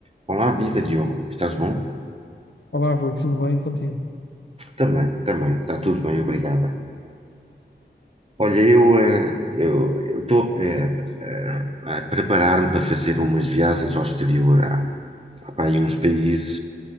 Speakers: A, on the right; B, on the left.
A: Olá, viva Diogo, estás bom?
B: Olá, Rui, tudo bem contigo?
A: Também, também, está tudo bem, obrigada. Olha, eu eh, eu eu estou eh, eh, a preparar-me para fazer umas viagens ao exterior, há, há pá, aí uns países